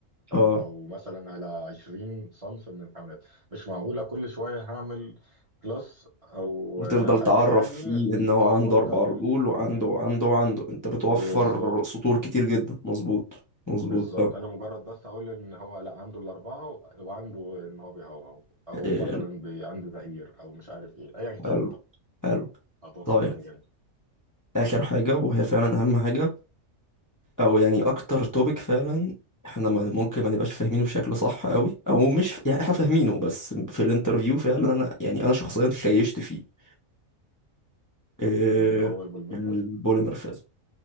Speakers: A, on the right; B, on the left.
A: تمام
B: اه
A: او مثلا على 20 صنف من الحيوانات مش معقولة كل شوية هعمل كلاس او
B: وتفضل
A: آه، حاجة
B: تعرف
A: يعني
B: فيه ان هو
A: اه
B: عنده
A: وابدا
B: اربع
A: اقول
B: رجول وعنده وعنده وعنده انت بتوفر
A: بالظبط
B: سطور كتير جدا مظبوط مظبوط
A: بالظبط
B: اه
A: انا مجرد بس اقول ان هو لا عنده الاربعه و- وعنده ان هو بيهوهو او
B: حلو
A: مثلا بي- عنده زئير او مش عارف ايه ايا كان
B: حلو
A: بقى
B: حلو
A: هتوفر
B: طيب
A: معانا جامد
B: اخر حاجه وهي فعلا اهم حاجه او يعني اكتر توبيك فعلا احنا ما- ممكن ما نبقاش فاهمينه بشكل صح قوي او مش يعني احنا فاهمينه بس في الانترفيو فعلا انا يعني انا شخصيا خيشت فيه إيه
A: اللي هو البولمرفاس
B: البوليمورفيزم